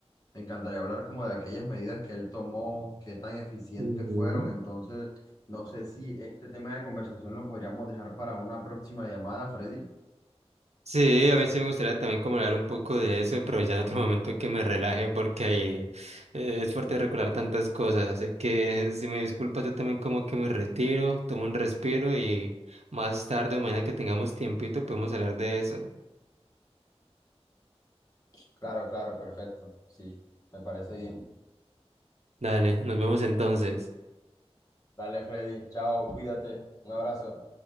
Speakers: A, on the left (about 35°); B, on the right (about 80°).
A: me encantaría hablar como de aquellas medidas que él tomó, qué tan eficientes
B: Ujú.
A: fueron. Entonces, no sé si este tema de conversación lo podríamos dejar para una próxima llamada, Freddy.
B: Sí, a mí sí me gustaría también como hablar un poco de eso, pero ya en otro momento que me relaje porque ahí eh, es fuerte recordar tantas cosas, así que si me disculpas yo también como que me retiro, tomo un respiro y más tarde o mañana que tengamos tiempito podemos hablar de eso.
A: Claro, claro, perfecto. Sí, me parece bien.
B: Dale, nos vemos entonces.
A: Dale, Freddy. Chao, cuídate. Un abrazo.